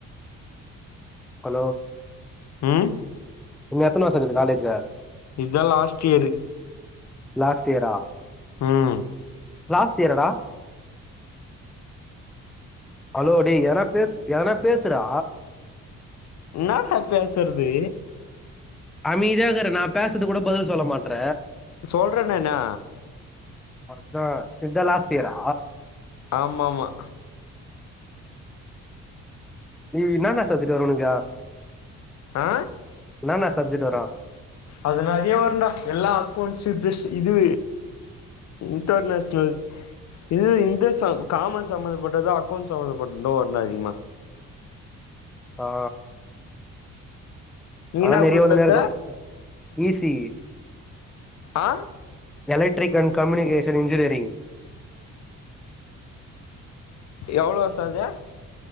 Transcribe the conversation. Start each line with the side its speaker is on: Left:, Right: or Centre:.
Centre: ஹலோ
Left: ம்
Centre: இன்னு எத்துன வருசகீது காலேஜு
Left: இதுதா லாஸ்ட் இயரு
Centre: லாஸ்ட் இயரா
Left: ம்
Centre: லாஸ்ட் இயராடா ஹலோ டே ஏதன பே ஏதன பேசுறா
Left: என்னக்க பேசறது
Centre: அமீதியாக்கர நா பேசது கூட பதில் சொல்ல மாட்ற
Left: சொல்றனேன்னா
Centre: அதா இதா லாஸ்ட் இயரா
Left: ஆமாம்மா
Centre: நீ என்னன்னா கத்துட்டு வர உனக்கு
Left: ஆ
Centre: என்னனா சப்ஜட்டு வர
Left: அது நெறைய வருன்டா எல்லா அக்கவுண்ட்ஸ் பிஸ் இது இன்டர்நேஷனல் இது இந்த சா காமன் சம்ம்பந்தப்பட்டது அக்கவுண்ட் சம்பந்தப்பட்டது வருண்டா அதிகமா
Centre: ஆ ஆ
Left: நீ
Centre: ஆனா
Left: என்னா
Centre: நெறைய
Left: குரூப்
Centre: வந்து
Left: எடுத்த
Centre: நேருக்கு ஈசி
Left: ஆ
Centre: எலக்ட்ரிக் கன் கம்முனிகேஷன் இன்ஜினியரிங்
Left: எவ்வளோ வருஷோ அது